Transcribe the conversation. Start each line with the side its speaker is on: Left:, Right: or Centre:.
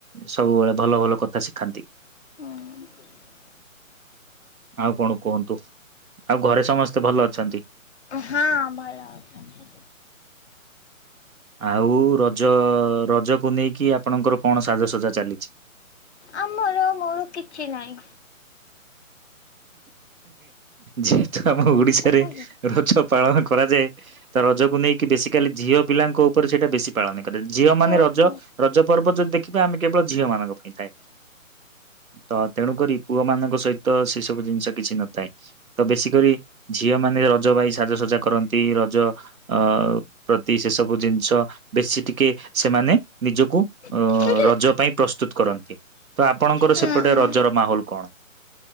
Right: ସବୁବେଳେ ଭଲ ଭଲ କଥା ଶିଖାନ୍ତି।
Left: ହଁ।
Right: ଆଉ କଣ କୁହନ୍ତୁ? ଆଉ ଘରେ ସମସ୍ତେ ଭଲ ଅଛନ୍ତି।
Left: ହଁ ଭଲ। ଅଛନ୍ତି
Right: ଆଉ ରଜ ରଜକୁ ନେଇକି ଆପଣଙ୍କର କଣ ସାଜସଜା ଚାଲିଛି।
Left: ଆମର ମୋର କିଛି ନାହିଁ।
Right: ଯେହେତୁ ଆମ ଓଡିଶାରେ
Left: ହୁଁ
Right: ରଜ ପାଳନ। କରାଯାଏ ତା ରଜକୁ ନେଇକି ବେଶୀିକାଲି ଝିଅ ପିଲାଙ୍କ ଉପରେ ସେଇଟା ବେଶୀ ପାଳନ କରେ ଝିଅ
Left: ହୁଁ
Right: ମାନେ
Left: ହୁଁ
Right: ରଜ
Left: ହୁଁ
Right: ରଜ ପର୍ବ ଯଦି ଦେଖିବାେ ଆମେ କେବଳ ଝିଅ ମାନଙ୍କ ପାଇଁ ଥାଏ। ତ ତେଣୁକରି ପୁଅ ମାନଙ୍କ ସହିତ ସେ ସବୁ ଜିନିଷ କିଛି ନଥାଏ। ତ ବେଶୀ କରି ଝିଅ ମାନେ ରଜ ପାଇଁ ସାଜସଜା କରନ୍ତି ରଜ ଅ ପ୍ରତି ସେ ସବୁ ଜିନିଷ ବେଶୀ ଟିକେ ସେମାନେ ନିଜକୁ
Left: ଠିକ ଅ
Right: ରଜ ପାଇଁ ପ୍ରସ୍ତୁତ କରନ୍ତି ତ ଆପଣଙ୍କର
Left: ହୁଁ
Right: ସେପଟେ
Left: ହୁଁ
Right: ରଜର ମାହୋଲ କଣ?